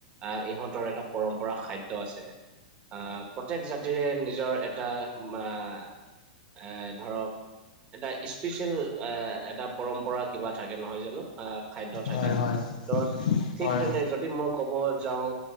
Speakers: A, on the right (about 25°); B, on the left (about 85°).
A: আহ ইহঁতৰ এটা পৰম্পৰা খাদ্ দ আছে, আহ প্ৰত্যেক জাতিৰে নিজৰ এটা মাহ এ ধৰক এটা স্পেচিয়েল আহ এটা পৰম্পৰা কিবা থাকে নহয় জানো, আ খাদ্য থাকে,
B: হয় হয়
A: ত ঠিক
B: হয়
A: তেনে যদি মই ক'ব যাওঁ